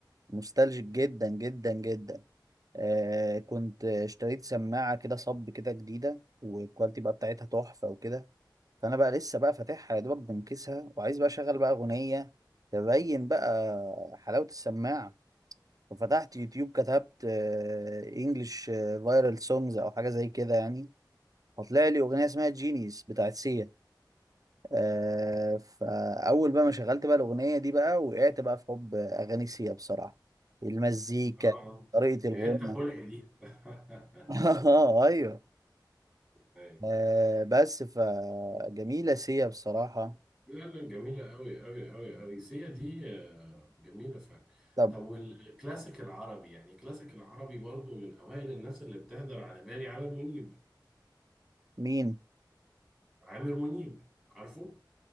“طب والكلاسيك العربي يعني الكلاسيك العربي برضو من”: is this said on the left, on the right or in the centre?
Centre